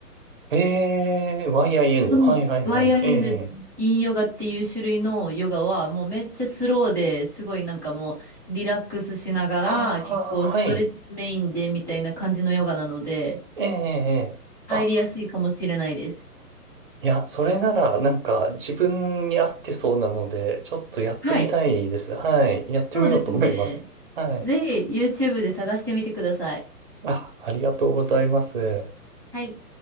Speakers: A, on the right; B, in the centre.
A: ええ YIN。は
B: その
A: いはいはい。
B: YIN、
A: ええ
B: インヨガっていう種類のヨガは、もうめっちゃスローですごいなんかもうリラックスしながら、
A: ああー、
B: 結構ストレッチメインでみたいな感じのヨガなので、
A: はい。ええええ。
B: 入りやすいかもしれないです。
A: あいや、それなら、なんか、自分に合ってそうなので、ちょっとやってみたいです。
B: はい、
A: はい。やってみようと思います。
B: そうですね。
A: はい。
B: ぜひ YouTube で探してみてください。
A: あ、ありがとうございます。
B: はい。